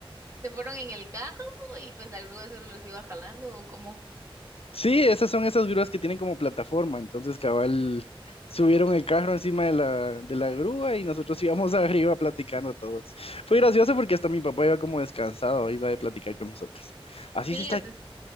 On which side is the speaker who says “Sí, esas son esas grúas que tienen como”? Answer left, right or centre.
Left